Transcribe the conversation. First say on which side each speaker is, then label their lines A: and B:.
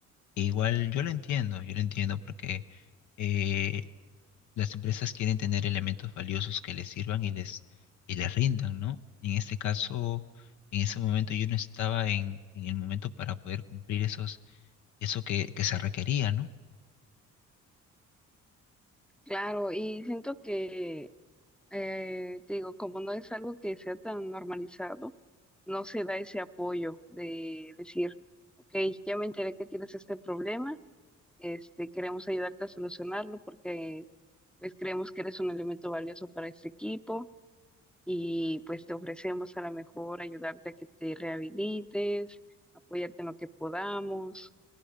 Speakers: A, on the left; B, in the centre.
A: E igual yo lo entiendo, yo lo entiendo porque eh, las empresas quieren tener elementos valiosos que les sirvan y les, y les rindan, ¿no? Y en este caso, en ese momento yo no estaba en, en el momento para poder cumplir esos, eso que, que se requería, ¿no?
B: Claro, y siento que eh, te digo, como no es algo que sea tan normalizado, no se da ese apoyo de decir, ok, ya me enteré que tienes este problema, este, queremos ayudarte a solucionarlo porque pues creemos que eres un elemento valioso para este equipo y pues te ofrecemos a lo mejor ayudarte a que te rehabilites, apoyarte en lo que podamos,